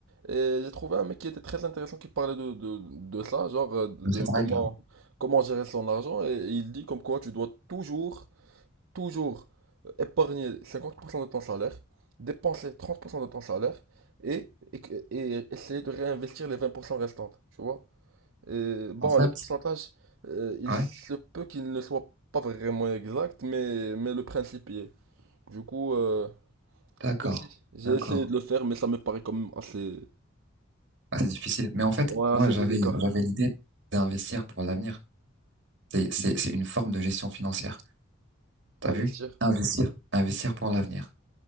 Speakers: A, on the right (about 80°); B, on the right (about 60°).
A: Et j'ai trouvé un mec qui était très intéressant qui parlait de, de, de ça, genre euh, de
B: De Cette
A: comment,
B: règle.
A: comment gérer son argent. Et il dit comme quoi tu dois toujours toujours euh, épargner 50% de ton salaire, dépenser 30% de ton salaire et, et, et essayer de réinvestir les 20% restantes, tu vois. Et, bon,
B: En fait,
A: les pourcentages, euh, il
B: Ah
A: se
B: Ouais.
A: peut qu'ils ne soient pas vraiment exacts, mais, mais le principe y est. Du coup, euh,
B: d'accord,
A: même si j'ai
B: d'accord.
A: essayé de le faire, mais ça me paraît quand même assez,
B: Ah, c'est difficile. Mais en fait,
A: ouais, assez
B: moi, j'avais,
A: délicat.
B: j'avais l'idée d'investir pour l'avenir. C'est, c'est, c'est une forme de gestion financière. T'as
A: Investir.
B: vu? Investir, investir pour l'avenir.